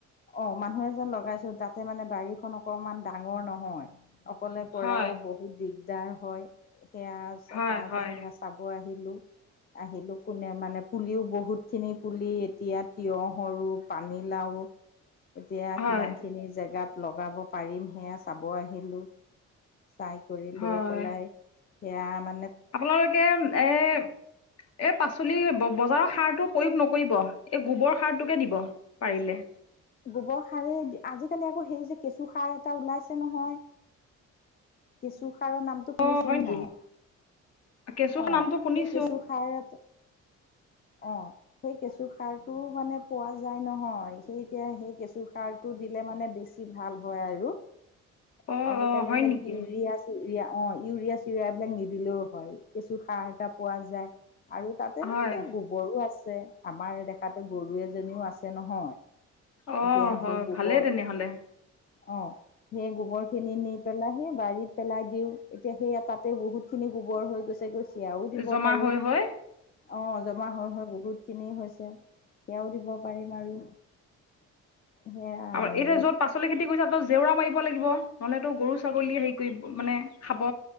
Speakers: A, on the left (about 30°); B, on the left (about 55°).
A: অ মানুহে যে লগাইছো, তাতে মানে বাৰীখন অকমান ডাঙৰ নহয়। অক কৰাও
B: হয়
A: বহুত দিগদাৰ হয়, সেইয়া
B: হয়
A: তাহতে
B: হয়
A: সেইয়া চাব আহি আহিলো-আহিলো, কোনে মানে পুলিও বহুত খিনি পুলি, এতিয়া তিঁয়হ সৰু পানীলাও, এতিয়া
B: হয়
A: কিমান খিনি জেগাত লগাব পাৰিম। সেইয়া চাব আহিলোঁ, চাই কৰি
B: হয়
A: লৈ পেলাই সেইয়া আমাৰ
B: আপোনালোকে এ-এ পাচলি বজাৰৰ সাৰটো প্ৰয়োগ নকৰিব। এই গোবৰ সাৰটোকে দিব পাৰিলে।
A: গোবৰ সাৰেই আজিকালি আকৌ সেই যে কেঁচু সাৰ এটা ওলাইছে নহয়। কেঁচু খাৰৰ নামটো শুনিছে
B: অ হয়
A: নে
B: নেকি
A: নাই?
B: কেঁচু
A: অ
B: নামটো শুনিছো
A: সেই কেঁচু সাৰ অ, সেই কেঁচু সাৰটো মানে পোৱা যায় নহয়। সেই এতিয়া সেই কেঁচু সাৰটো দিলে মানে বেছি ভাল হয় আৰু।
B: অ
A: আজিকালি
B: অ হয়
A: এইবিলাক
B: নেকি
A: ইউৰিয়া চিউৰিয়া অ ইউৰিয়া চিউৰিয়া এইবিলাক নিদিলেও হয়। কেঁছু সাৰ এটা পোৱা যায়। আৰু তাতে মানে
B: হয়
A: এতিয়া গোবৰো আছে। আমাৰ দেখাতে গৰু এজনীও আছ নহয়
B: অ
A: এতিয়া
B: হয়
A: সেই গোবৰ
B: ভালেই তেনেহলে
A: অ, সেই গোবৰ খিনি নি পেলাই সেই বাৰীত পেলাই দিও। এতিয়া সেই তাতে বহুত খিনি গোবৰ হৈ গৈছে। গৈ চিয়াও দিব
B: জমা
A: পাৰিম।
B: হৈ হৈ
A: অ, জমা হয় হয় বহুত খিনি হৈছে সেয়াও দিব পাৰিম আৰু সেয়াই
B: আমাৰ
A: আৰু
B: এতি যত পাচলি খেতি কৰিছে তত জেওৰা মাৰিব লাগিব নহলেতো গৰু -ছাগলী হেৰি কৰিব মানে খাব।